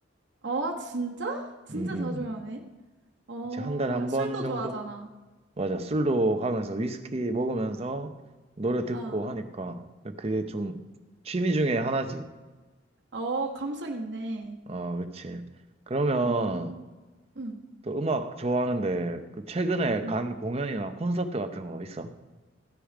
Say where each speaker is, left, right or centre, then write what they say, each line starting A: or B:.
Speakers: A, on the right; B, on the right.
A: 어, 진짜? 진짜
B: 음, 음.
A: 자주 가네. 어,
B: 그치, 한 달에 한
A: 술도
B: 번 정도?
A: 좋아하잖아.
B: 맞아. 술도 가면서 위스키 먹으면서 노래 듣고
A: 아,
B: 하니까. 그게 좀 취미 중에 하나지.
A: 어, 감성 있네.
B: 어, 그치. 그러면
A: 어, 음,
B: 또 음악 좋아하는데, 그 최근에
A: 음.
B: 간 공연이나 콘서트 같은 거 있어?